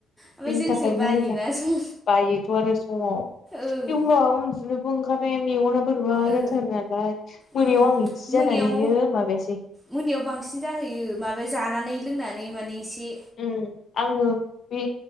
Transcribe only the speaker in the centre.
ओमफ्राय
जोंसो
बायोना
जों
ओं
ओ
उम
मोनायाव
मोनायाव बांसिन जाहैयो माबा जानानै लोंनानै माने इसे